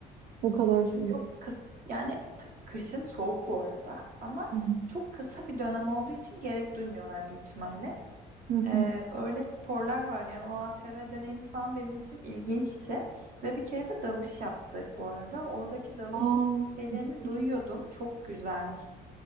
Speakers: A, on the right; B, on the right.
A: O kadar
B: Çünkü
A: sıcak.
B: çok kıs yani t- kışın soğuk bu arada ama
A: Hı hı.
B: çok kısa bir dönem olduğu için gerek duymuyorlar büyük ihtimalle.
A: Hı
B: Ee,
A: hı.
B: öyle sporlar var yani o ATV deneyimi falan benim için ilginçti ve bir kere de dalış yaptık bu arada oradaki dalış
A: Aa,
B: şeylerini
A: dalış,
B: duyuyordum çok güzel